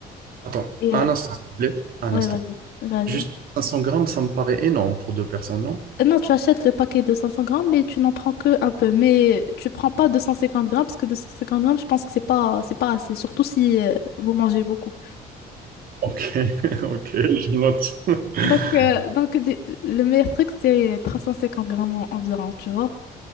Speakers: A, on the right; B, on the left.
A: Attends,
B: Et,
A: un
B: euh,
A: instant, s'il te plaît. Un
B: ouais,
A: instant.
B: vas-y, vas-y.
A: Juste 500 grammes, ça me paraît énorme pour deux personnes, non?
B: Euh, Non, tu achètes le paquet de 500 grammes, mais tu n'en prends que un peu. Mais tu prends pas 250 grammes, parce que 250 grammes, je pense que c'est pas, c'est pas assez, surtout si euh, vous mangez beaucoup.
A: Ok, <laughs> ok, je note. <laughs>
B: Donc, euh, donc le, le meilleur truc, c'est 350 grammes en- environ, tu vois.